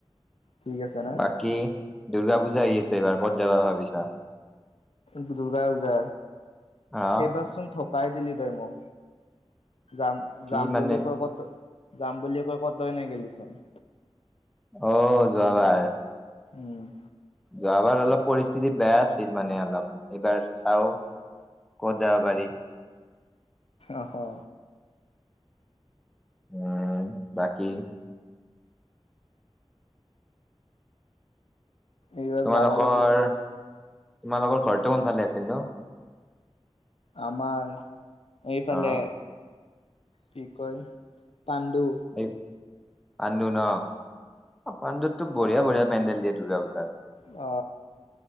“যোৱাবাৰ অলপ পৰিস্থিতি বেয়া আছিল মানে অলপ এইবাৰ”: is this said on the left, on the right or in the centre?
Centre